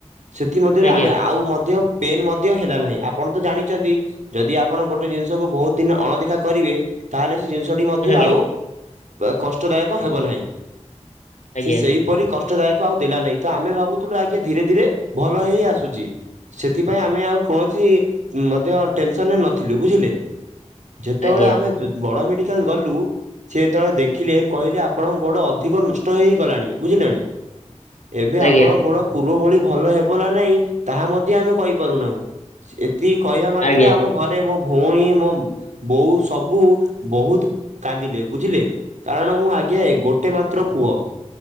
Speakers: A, on the right; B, on the left.
A: ସେଥି ମଧ୍ୟରେ
B: ଆଜ୍ଞା
A: ଆମେ ଆଉ ମଧ୍ୟ ପେନ ମଧ୍ୟ ହେଲ ନାହିଁ। ଆପଣ ତ ଜାଣିଛନ୍ତି ଯଦି ଆପଣ ଗୋଟେ ଜିନିଷକୁ ବହୁତ ଦିନ ଅଣଦେଖା କରିବେ ତାହେଲେ ସେ ଜିନିଷଟି ମଧ୍ୟ
B: ଆଜ୍ଞା
A: ଆଉ କଷ୍ଟଦାୟକ ହେବ ନାହିଁ।
B: ଆଜ୍ଞା
A: ସେ ସେହିପରି କଷ୍ଟଦାୟକ ଆଉ ଦେଲା ନାହିଁ ତ ଆମେ ଭାବୁଥିଲୁ ଆଗେ ଧୀରେ ଧୀରେ ଭଲ ହେଇ ଆସୁଚି ସେଥିପାଇଁ ଆମେ ଆଉ କୌଣସି ମଧ୍ୟ ଟେନ୍‌ସନ୍ ରେ ନଥିଲୁ ବୁଝିଲେ ଯେତେବେଳେ
B: ଆଜ୍ଞା
A: ଆମେ ବଡ଼ ମେଡି କାଲ ଗଲୁ ସିଏ ଯେତୋବେଳେ ଦେଖିଲେ କହିଲେ ଆପଣଙ୍କ ଗୋଡ ଅଧିକ ନଷ୍ଟ ହେଇ ହେଇ ଗଲାଣି ବୁଝିଲେ ନା ନାହିଁ <inaudible> ଏବେ
B: ଆଜ୍ଞା
A: ଆପଣଙ୍କ ଗୋଡ ପୂର୍ବ ଭଳି ଭଲ ହେବ ନା ନାହିଁ। ତାହା ମଧ୍ୟ ଆମେ କହିପାରୁନାହୁଁ। ଏତିକି କହିବା ମାତ୍ରେ
B: ଆଜ୍ଞା
A: ଆମ ଘରେ ମୋ ଭୋଉଣୀ ମୋ ବୋଉ ସବୁ ବହୁତ କାନ୍ଦିଲେ ବୁଝିଲେ କାରଣ ମୁଁ ଆଜ୍ଞା ଗୋଟେ ମାତ୍ର ପୁଅ